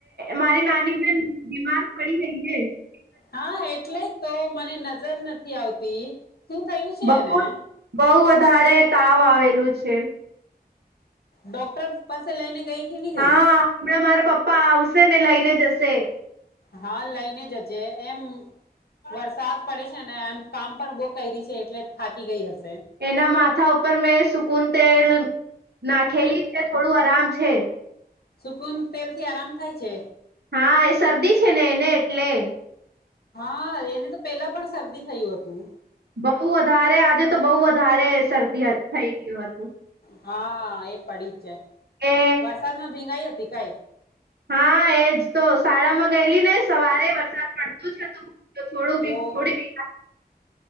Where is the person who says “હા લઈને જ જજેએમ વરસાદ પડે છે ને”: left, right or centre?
Left